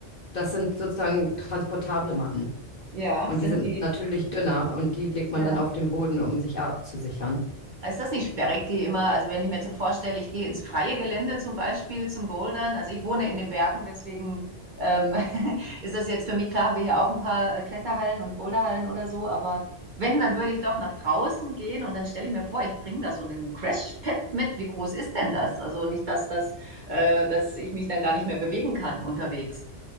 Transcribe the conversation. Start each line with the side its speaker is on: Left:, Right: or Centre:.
Left: das sind sozusagen transportable Matten.
Right: Ja,
Left: Und
Right: sind
Left: die sind
Right: die,
Left: natürlich dünner und die legt man
Right: ja.
Left: dann auf den Boden, um sich abzusichern.
Right: Ist das nicht sperrig, die immer, also wenn ich mir jetzt so vorstelle, ich gehe ins freie Gelände zum Beispiel zum Bouldern, also ich wohne in den Bergen, deswegen ähm, <laughs> ist das jetzt für mich klar, haben wir hier auch ein paar äh, Kletterhallen und Boulderhallen oder so, aber wenn, dann würde ich doch nach draußen gehen und dann stelle ich mir vor, ich bringe da so einen Crash-Pad mit, wie groß ist denn das? Also nicht, dass, das, äh, dass ich mich dann gar nicht mehr bewegen kann unterwegs.